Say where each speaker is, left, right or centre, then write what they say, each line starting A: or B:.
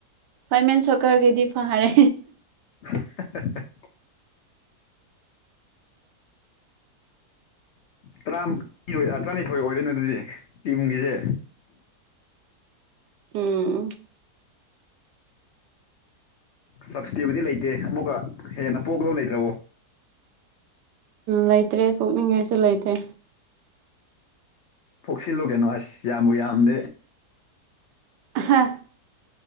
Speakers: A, on the right; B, on the left.
A: ꯐꯣꯏ ꯃꯦꯟ ꯁꯣꯀꯔꯒꯤꯗꯤ ꯐꯔꯦ
B: ꯍꯥ ꯍꯥ ꯍꯥ ꯍꯥ ꯇꯔꯥ ꯇꯔꯥꯅꯤꯊꯣꯏ ꯑꯣꯏꯔꯦꯅꯦ ꯑꯗꯨꯗꯤ ꯇꯤꯝꯒꯤꯁꯦ
A: ꯎꯝ
B: ꯁꯞꯁꯇꯤꯕꯨꯗꯤ ꯂꯩꯇꯦ ꯑꯃꯨꯛꯀ ꯍꯦꯟꯅ ꯄꯣꯛꯂ ꯂꯩꯇ꯭ꯔꯕꯣ
A: ꯂꯩꯇ꯭ꯔꯦ ꯀꯣꯛꯅꯤꯡꯉꯥꯏꯁꯨ ꯂꯩꯇ꯭ꯔꯦ
B: ꯄꯣꯛꯁꯤꯜꯂꯣ ꯀꯩꯅꯣ ꯑꯁ ꯌꯥꯝꯕꯨ ꯌꯥꯝꯗꯦ
A: ꯍꯥ